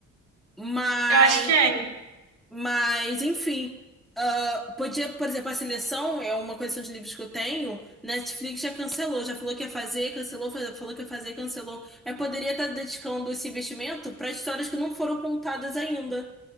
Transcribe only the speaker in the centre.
Mas
Mas, enfim, ah, podia, por exemplo, a seleção é uma coleção de livros que eu tenho. Netflix já cancelou, já falou que ia fazer, cancelou, fa- falou que ia fazer, cancelou. Eu poderia estar dedicando esse investimento para histórias que não foram contadas ainda,